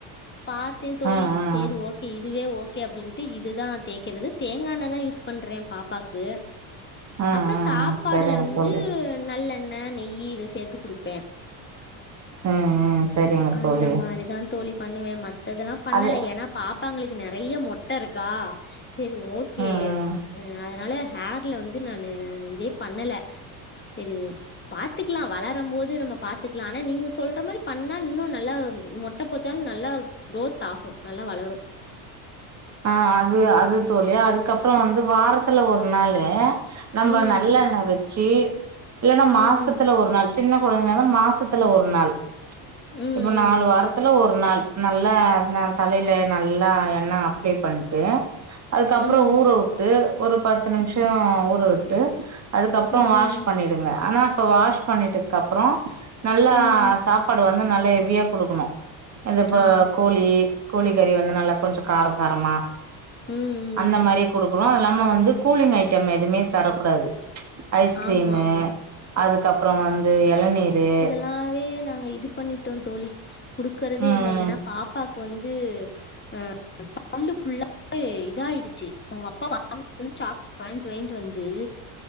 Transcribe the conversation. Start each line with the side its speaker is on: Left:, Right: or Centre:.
Left: பாத்தே தோழி
Right: ம் ம்
Left: சேரி
Right: ம்
Left: ஓகே இதுவே ஓகே அப்படின்ட்டு இதுதா தேக்கறது தேங்கா எண்ணெதா யூஸ் பண்றே பாப்பாக்கு
Right: ம்
Left: அப்ற சாப்பாடுல
Right: சரிங்க
Left: வந்து
Right: தோழி
Left: நல்லெ ண்ண நெய்யி இது சேத்து குடுப்பே
Right: ம் ம் சரிங்க
Left: அந்த
Right: தோழி
Left: மாரிதான் தோழி பண்ணுவே மத்ததெல்லா பண்ணல
Right: அது
Left: ஏன்னா பாப்பாங்களுக்கு நெறைய மொட்ட இருக்கா செரி ஓகே
Right: ம் ம்
Left: அதனால ஹேர்ல வந்து நானு இதே பண்ணல செரி பாத்துக்லா வளரம் போது நம்ம பாத்துக்லா ஆனா நீங்க சொல்ற மாரி பண்ணா இன்னு நல்ல மொட்ட பொட் டாலு நல்லா க்ரோத் ஆகு நல்லா வளரு
Right: ஆ அது அது தோழி அதுக்கப்பற வந்து வாரத்துல ஒரு நாளு நம்ம
Left: ம்
Right: நல்லெண்ண வெச்சு இல்லன்னா
Left: ம்
Right: மாசத்துல ஒரு நாள் சின்ன குழந்தைங்கனால மாசத்துல ஒரு நாள்
Left: ம்
Right: இப்ப நாலு வாரத்துல ஒரு நாள் நல்லா ந தலைல நல்லா எண்ணெ அப்ளை பண்ட்டு அதுக்கப்புற
Left: ம்
Right: ஊற உட்டு ஒரு பத்து நிமிஷ ஊற விட்டு அதுக்கப்பற
Left: ம்
Right: வாஷ்
Left: ம்
Right: பண்ணிடுங்க ஆனா அப்ப வாஷ் பண்ணிட்டதுக்கப்புற நல்லா
Left: ம்
Right: சாப்பாடு வந்து நல்லா ஹெவியா குடுக்கணு அந்த இப்ப
Left: ஆ ஆ
Right: கோழி கோழி கறி வந்து நல்ல கொஞ்ச கார சாரமா
Left: ம் ம்
Right: அந்த மாரி குடுக்கணு அது இல்லாம வந்து கூலிங் ஐட்டம் எதுமே தரக்கூடாது ஐஸ்கிரீமு
Left: ஆமா ஆமா
Right: அதுக்கப்பற வந்து எளநீரு
Left: லாவே நாங்க இது பண்ணிட்டோ தோழி குடுக்கறதே
Right: ம்
Left: இல்ல ஏன்னா பாப்பாக்கு வந்து அ உள்ளு ஃபுல்லாவே இதாயிடுச்சு அவங்க அப்பா வாங்கிட்டு வந்து சாக்லெட் வாங்கிட் வாங்கிட் வந்து